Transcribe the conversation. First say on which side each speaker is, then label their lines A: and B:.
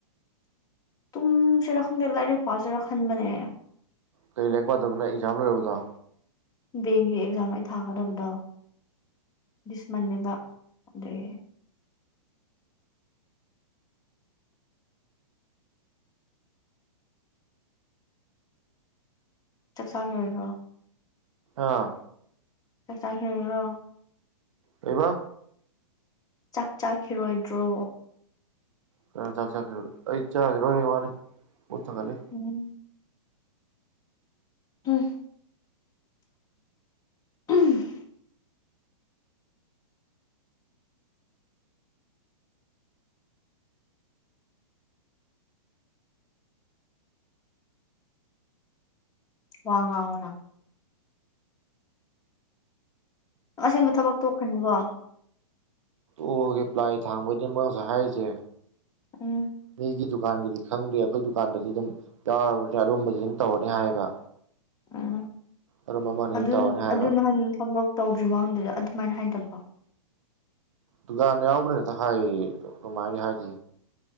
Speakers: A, on the left; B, on the right.
A: ꯇꯨꯡꯁꯤꯔ ꯈꯪꯗꯦ ꯂꯥꯏꯔꯤꯛ ꯄꯁꯤꯦꯔ ꯈꯟꯕꯅꯦ
B: ꯀꯩ ꯂꯥꯏꯔꯤꯛ ꯄꯥꯗꯕꯅ ꯑꯦꯛꯖꯥꯝ ꯂꯣꯏꯔꯕꯗꯣ
A: ꯕꯦꯡꯒꯤ ꯑꯦꯛꯖꯥꯝ ꯑꯩ ꯊꯥꯒꯗꯕꯗꯣ ꯂꯤꯁꯃꯟꯅꯦꯕ ꯑꯗꯒꯤ ꯆꯥꯛ ꯆꯥꯔꯔꯕ꯭ꯔꯣ
B: ꯑꯥ
A: ꯆꯥꯛ ꯆꯥꯈꯨꯔꯣ
B: ꯑꯩꯕ
A: ꯆꯥꯛ ꯆꯥꯈꯤꯔꯣꯏꯗ꯭ꯔꯣ
B: ꯀ ꯆ ꯆ ꯑꯩ ꯆꯥꯈ꯭ꯔꯣ ꯋꯥꯅꯤ ꯄꯨꯊꯒꯂꯦ
A: ꯎꯝ ꯎꯝ ꯎꯝ ꯋꯥꯉꯑꯣꯅꯥ ꯑꯁꯦꯡꯕ ꯊꯕꯛ ꯇꯣꯛꯈ꯭ꯔꯅꯤꯀꯣ
B: ꯎꯒꯦ ꯄ꯭ꯂ ꯊꯥꯡꯕꯩꯗꯤ ꯃꯥꯁꯦ ꯍꯥꯏꯔꯤꯁꯦ
A: ꯎꯝ
B: ꯃꯤꯒꯤ ꯗꯨꯀꯥꯟꯒꯤꯗꯤ ꯈꯪꯗꯦ ꯑꯩꯈꯣꯏ ꯗꯨꯀꯥꯟꯗꯗꯤ ꯑꯗꯨꯝ ꯌꯥꯎꯔꯕ ꯑꯔꯨꯝꯁ ꯑꯗꯨꯝ ꯇꯧꯔꯅꯤ ꯍꯥꯏꯌꯦꯕ
A: ꯎꯝ
B: ꯑꯔꯨꯝꯕ ꯑꯃꯅꯤ ꯑꯗꯨꯝ
A: ꯑꯗꯨ
B: ꯇꯧꯔꯅꯤ ꯍꯥꯏꯌꯦꯕ
A: ꯑꯗꯨꯅꯍꯥꯟ ꯊꯕꯛ ꯇꯧꯗ꯭ꯔꯤ ꯃꯃꯥꯡꯗꯨꯗ ꯑꯗꯨꯃꯥꯏꯅ ꯍꯥꯏꯗꯕꯣ
B: ꯗꯨꯀꯥꯟꯗ ꯌꯥꯎꯕ꯭ꯔꯥ ꯉꯦꯇ ꯍꯥꯏꯌꯦ ꯀꯃꯥꯏꯅ ꯍꯥꯏꯒ